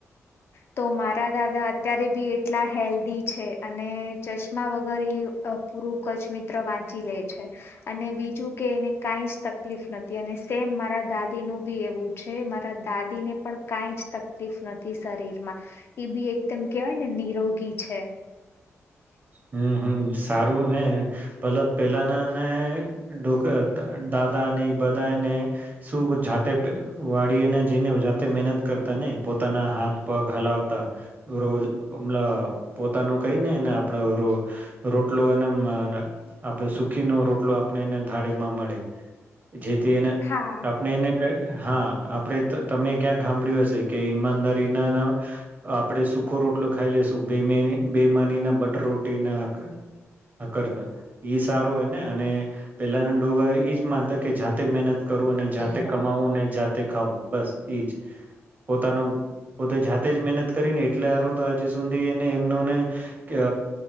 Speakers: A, on the left; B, on the right.
A: તો મારા દાદા અત્યારે બી એટલા હેલ્ધી છે, અને ચશ્મા વગર એ પૂરું કચ્છ મિત્ર વાંચી લે છે અને બીજું કે એને કાં જ તકલીફ નથી અને સેમ મારા દાદીનું બી એવું છે મારા દાદીને પણ કાઈજ તકલીફ નથી. શરીર માં એ બી એકદમ કવાય ને નિરોગી છે.
B: હમ્મ-હમ્મ. સારું ને પલ પેલાના નેો દાદા ને બધાને શું જાતે વાળીને જઈને જાતે મહેનત કરતા ને પોતાના હાથ પગ હલાવતા રોજ હમ પોતાનું કઈ નેને આપ રોટલો અને આપણે સુખીનો રોટલો આપણે એને થાળેમાં મળે. જેથી એને
A: હા
B: આપણે એને કઈ હા આપણે તમે ક્યાં સાંભળ્યું હશે કે ઈમાનદારી ના આપણેે સુખો રોટલો ખાઈ લેશું બે બેમાની ના બ રોટીના કરતા સારો હો ને અને પેલાના ડોગા જ માનતા કે જાતે મહેનત કરું જાતે કમાવું ને જાતે ખાવું બસ જ પોતાનો પોતે જાતે જ મહેનત કરીને એટલે સાર તો હજ સુધી એને એમનુંને કે